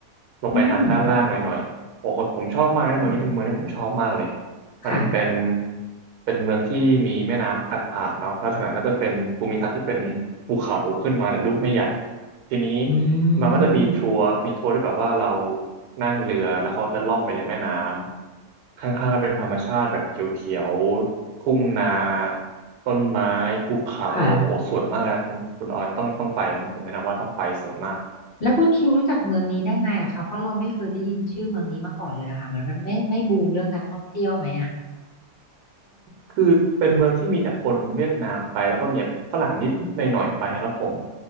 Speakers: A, on the right (about 80°); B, on the left (about 55°).
A: ลงไปทางด้านล่างหน่อยหน่อยโอ้โหผมชอบมากนะเมืองนี้เป็นเมืองที่ผมชอบมากเลย
B: อืมอืม
A: มันเป็น
B: ค่ะ
A: เป็นเมืองที่มีแม่น้ำตัดผ่านเนาะแล้วทางหลังก็จะเป็นภูมิทัศน์ที่เป็นภูเขาขึ้นมาแต่ลูกไม่ใหญ่ ทีนี้
B: อื
A: มันก็จะมีทัวร์มีทัวร์ที่แบบว่าเรา
B: ม
A: นั่งเรือแล้วเขาจะล่องไปในแม่น้ำข้างๆก็เป็นธรรมชาติแบบเขียวๆทุ่งนาต้นไม้ภูเขาแบบโอ้สวยมากเลยครับคุณคุณออยต้องต้องไปอันนี้ผมแนะนำว่าต้องไปสวยมาก
B: ค่ะ แล้วคุณคิวรู้จักเมืองนี้ได้ไงอะคะเพราะเราไม่เคยได้ยินชื่อเมืองนี้มาก่อนเลยอะค่ะเหมือนมันไม่ไม่บูมเรื่องการท่องเที่ยวไหมอะ
A: คือเป็นเมืองที่มีแต่คนเวียดนามไปแล้วก็มีแบบฝรั่งนิดหน่อยๆไปครับผม